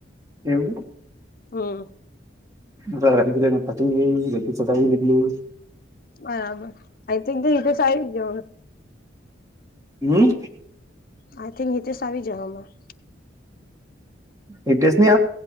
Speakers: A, on the right (about 15°); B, on the left (about 45°).
A: એવું
B: હ
A: મા રદ પછંગ ર ચો દીલું
B: બરાબર આઈ થિંક હી તો સ આવી ગયો
A: હમ
B: આઈ થિંક હિતસ આવી જવામાં
A: એટેસની